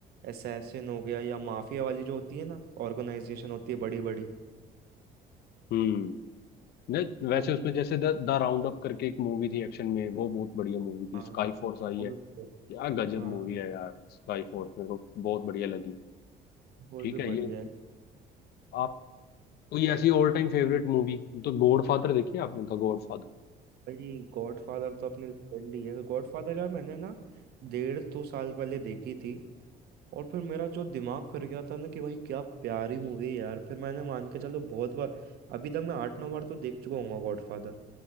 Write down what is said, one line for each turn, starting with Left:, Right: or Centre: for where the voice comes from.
Right: असैसिन हो गया या माफिया वाली जो होती है ना ऑर्गेनाइजेशन होती है बड़ी बड़ी
Left: हम्म नहीं वैसे
Right: वो
Left: उसमें जैसे द, द राउंड अप करके एक मूवी थी एक्शन में वो बहुत बढ़िया मूवी थी
Right: हाँ
Left: स्काई फोर्स आई
Right: वो
Left: है
Right: भी
Left: क्या गजब
Right: हाँ
Left: मूवी है यार स्काई फोर्स मेरे को बहुत बढ़िया लगी
Right: वो
Left: ठीक
Right: भी
Left: है
Right: बढ़िया
Left: ये
Right: है
Left: आप कोई ऐसी ऑल टाइम फेवरेट मूवी तो गॉड फादर देखी है आपने द गॉड फादर
Right: भाई गॉडफादर तो अपनी लेजेंड ही है तो गॉडफादर यार मैंने ना डेढ़ दो साल पहले देखी थी और फिर मेरा जो दिमाग फिर गया था ना कि भाई क्या प्यारी मूवी है यार फिर मैंने मान के चलो बहुत बार अभी तक मैं आठ नौ बार तो देख चुका हूँ गॉडफादर